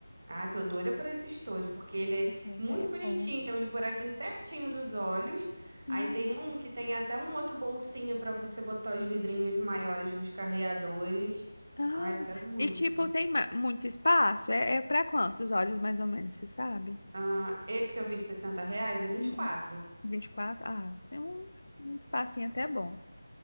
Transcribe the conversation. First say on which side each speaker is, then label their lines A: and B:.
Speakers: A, on the right; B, on the left.
A: Ah, tô doida por esse estojo, porque ele é
B: Achei a ideia
A: muito bonitinho,
B: boa.
A: tem uns buraquinhos certinho dos olhos.
B: Hum.
A: Aí tem um que tem até um outro bolsinho pra você botar os vidrinhos maiores dos carreadores.
B: Ah,
A: Ai, eu quero muito.
B: e tipo, tem ma- muito espaço? É, é para quantos olhos, mais ou menos, você sabe?
A: Ah, esse que eu vi de 60 reais é vinte
B: Uhum.
A: e quatro.
B: vinte e quatro. Ah, tem um, um espacinho até bom